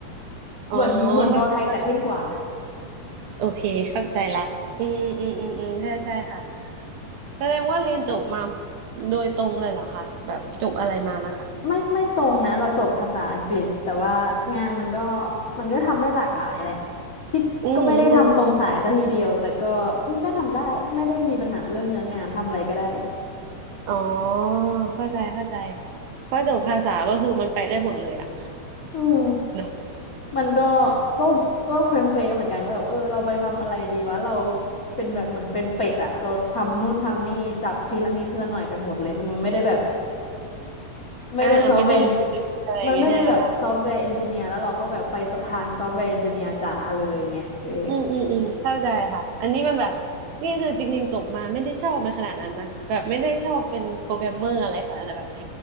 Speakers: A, on the right; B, on the left.
A: อ๋อ
B: เหมือนเหมือนบอลไทยแต่เคร่งกว่า
A: เข้าใจเข้าใจโอเคเข้าใจละอืมอืมอืมอืมใช่ใช่ค่ะแสดงว่าเรียนจบมาโดยตรงเลยเหรอคะแบบจบอะไรมานะคะ
B: ไม่ไม่ตรงนะเราจบภาษาอังกฤษแต่ว่างานมันก็มันก็ทำได้หลากหลายแหละที่ก็ไม่ได้ทำตรงสายซะทีเดียวแต่ก็อืมก็ทำได้ไม่ได้มีปัญหาเรื่องเนื้องานทำอะไรก็ได้
A: อืมอืมเข้าใจอ๋อเข้าใจเข้าใจ เพราะจบภาษา ก็คือมันไปได้หมดเลยอะ
B: อืม
A: เนอะ
B: มันก็ก็ก็เคว้งเควเหมือนกันว่าแบบเออเราไปทำอะไรดีวะเราเป็นแบบเหมือนเป็นเป็ดอะเราทำนู่นทำนี่จับทีละนิดทีละหน่อยไปหมดเลยแล้วมันไม่ได้แบบไม่ได้ซอฟต์แวร์
A: อ่าอ่าไม่ได้ลงลึกอะไรอย่างเงี้ยใช่ไหมคะ
B: มันไม่ได้แบบซอฟต์แวร์เอนจิเนียร์แล้วเราก็แบบไปทางซอฟต์แวร์เอนจิเนียร์จ๋าเลยอย่างเงี้ยเออ
A: อืมอืมอืมเข้าใจค่ะอันนี้มันแบบนี่คือจริงๆจบมาไม่ได้ชอบมันขนาดนั้นนะแบบไม่ได้ชอบเป็นโปรแกรมเมอร์อะไรค่ะแต่แบบ